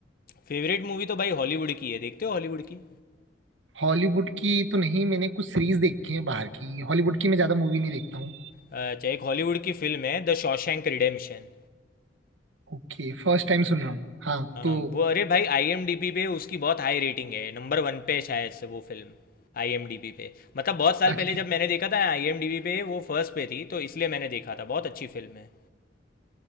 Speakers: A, on the left; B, on the right.
A: फेवरेट मूवी तो भाई हॉलीवुड की है देखते हो हॉलीवुड की
B: हॉलीवुड की तो नहीं मैंने कुछ सीरीज देखी है बाहर की हॉलीवुड की मैं ज्यादा मूवी नहीं देखता हूँ
A: अच्छा एक हॉलीवुड की फिल्म है द शॉशैंक रिडेम्पशन
B: ओके फर्स्ट टाइम सुन रहा हूँ हाँ
A: अ,
B: तो
A: वो अरे भाई आईएमडीबी पे उसकी बहुत हाई रेटिंग है नंबर वन पे है शायद से वो film आईएमडीबी पे मतलब बहुत साल
B: अच्छा
A: पहले जब मैंने देखा था आईएमडीबी पे वो फर्स्ट पे थी तो इसलिए मैंने देखा था बहुत अच्छी फिल्म है